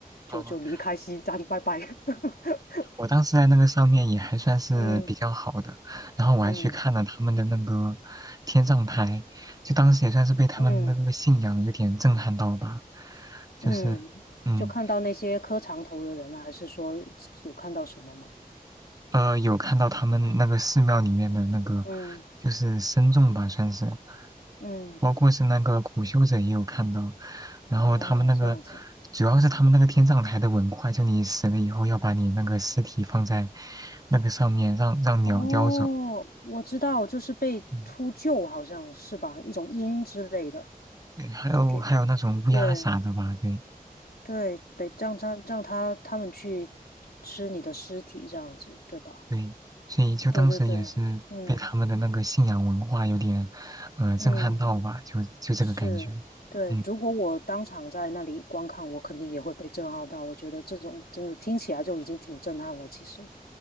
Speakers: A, on the left; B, on the right.
A: 就就离开西藏，
B: 哦
A: 拜拜。<laughs>
B: 我当时在那个上面也还算是比较好的，
A: 嗯
B: 然后我还去看了他们的那个天葬台，
A: 嗯
B: 就当时也算是被他们的那个信仰有点震撼到吧，
A: 嗯
B: 就是嗯
A: 嗯，就看到那些磕长头的人啊，还是说有看到什么吗？
B: 呃有看到他们那个寺庙里面的那个
A: 嗯
B: 就是僧众吧，算是，
A: 嗯，
B: 包括是那个苦修者也有看到，然后他们那个
A: 哦，这样子。
B: 主要是他们那个天葬台的文化，就你死了以后要把你那个尸体放在那个上面，让让鸟叼走。
A: 哦，我知道，就是被秃鹫，
B: 嗯
A: 好像是吧，一种鹰之类的，
B: 对，还有还有那种乌鸦啥的吧，
A: 给，对，
B: 对
A: 对，北让他让他他们去吃你的尸体这样子，对吧？
B: 对，所以就当时也是被他们的那个信仰文化有点，
A: 对对对，嗯
B: 呃，震撼到吧，
A: 嗯，
B: 就就这个感觉。
A: 是，对。
B: 嗯
A: 如果我当场在那里观看，我肯定也会被震撼到。我觉得这种真的听起来就已经挺震撼了，其实，